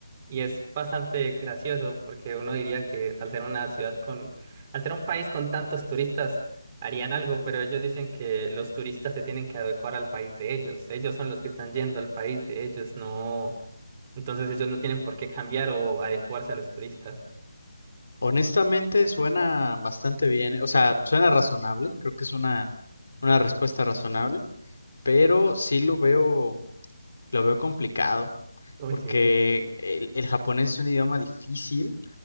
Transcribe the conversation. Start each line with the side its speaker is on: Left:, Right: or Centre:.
Right: y es bastante gracioso porque uno diría que al ser una ciudad con, al ser un país con tantos turistas, harían algo, pero ellos dicen que los turistas se tienen que adecuar al país de ellos. Ellos son los que están yendo al país de ellos, no. Entonces ellos no tienen por qué cambiar o adecuarse a los turistas.
Left: Honestamente, suena bastante bien, eh, o sea, suena razonable, creo que es una, una respuesta razonable, pero sí lo veo, Lo veo complicado,
Right: Uy,
Left: porque
Right: sí.
Left: el, el japonés es un idioma difícil.